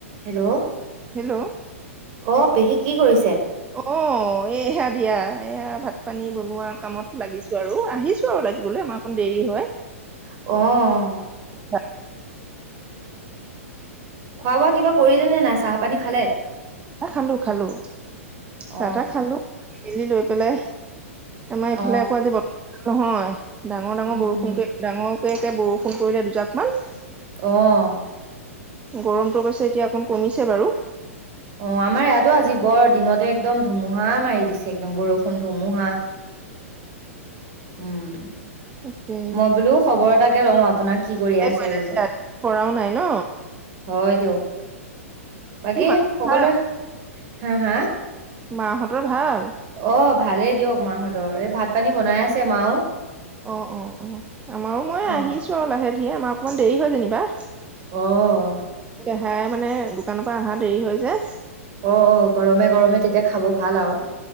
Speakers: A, on the right; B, on the right.
A: Hello,
B: hello
A: অ' পেহী। কি কৰিছে?
B: অ', এইহে দিয়া, এয়া ভাত পানী বনোৱা কামত লাগিছো আৰু আহিছো আৰু লাগিবলৈ আমাৰ অকণ দেৰি হয়।
A: অ'।
B: <unintelligible>
A: খোৱা বোৱা কিবা কৰিলে নে নাই, চাহ পানী খালে?
B: এ খালোঁ, খালোঁ,
A: অ
B: চাহ তাহ খালোঁ, মেলি লৈ পেলাই আমাৰ
A: অ
B: এইফালে আকৌ আজি ব নহয়। ডাঙৰ, ডাঙৰ
A: উম
B: বৰষুণকে
A: উম
B: ডাঙৰ ধুনীয়া কে বৰষুণ পৰিলে দুজাকমান
A: অ'।
B: গৰমটো অবশ্যে এতিয়া অকণ কমিছে বাৰু।
A: অ' আমাৰ ইয়া তো আজি বৰ দিনতে একদম ধুমুহা মাৰি দিছে। একদম বৰষুণ, ধুমুহা উম।
B: তাকে
A: মই বোলো খবৰ এটা এ লওঁ আপোনাক কি কৰি
B: ত'তে
A: আছে
B: ক'লা
A: বোলো
B: পৰাও নাই ন'।
A: হয় দিয়ক। বাকী
B: মা
A: সকলোৱে
B: ভাল
A: হা, হা
B: মাহঁতৰ ভাল
A: অ', ভালেই দিয়ক। মাহঁতৰ এই ভাত পানী বনাই আছে মাও।
B: অ', অ', অ', আমাৰো মই
A: অ
B: আহিছো আৰু লাহে ধীৰে আমাৰ অকণমান দেৰি হয় যেনিবা।
A: অ'।
B: খাই মানে দোকানৰ পৰা অহা দেৰি হৈ যে।
A: অ', অ', গৰমে গৰমে তেতিয়া খাব ভাল আৰু।